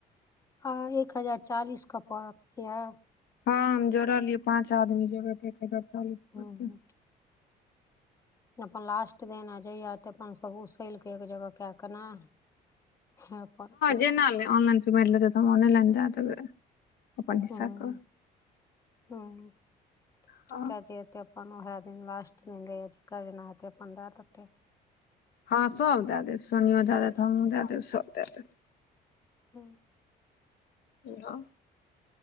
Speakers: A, on the left; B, on the left.
A: आ एक हजार चालीस के पड़त नै य
B: हँ हम जोड़लियै पाँच आदमी जबे त एक हजार चालीस
A: हँ
B: पड़तै
A: अपन लास्ट दिन आ जइया तऽ अपन सभ उसल कऽ एक जगह कए के ने हँ अपन
B: जेना ले ऑनलाइन पेमेन्ट लेतै त ऑनलाइन द देबै अपन हिसा
A: हूँ
B: कऽ
A: <inaudible>
B: हँ
A: अपन उहे दिन लास्ट दिन रह जेना पन्दह तटे
B: हँ सब दए देत सोनियो दए देत हमूँ दए देब सब दए देत
A: हँ
B: हैलो